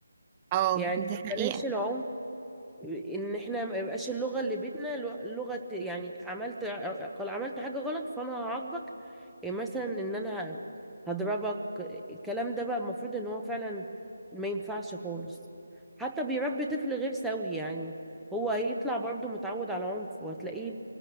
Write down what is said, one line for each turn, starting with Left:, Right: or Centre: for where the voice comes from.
Right: اه
Centre: يعني
Right: دي حقيقة
Centre: بلاش العنف ان احنا ما يبقاش اللغه اللي بيتنا لو- لغه يعني عملت قال عملت حاجه غلط فانا هعاقبك إيه مثلا ان انا ه- هضربك الكلام ده بقى المفروض ان هو فعلا ما ينفعش خالص حتى بيربي طفل غير سوي يعني هو هيطلع برضه متعود على عنف وهتلاقيه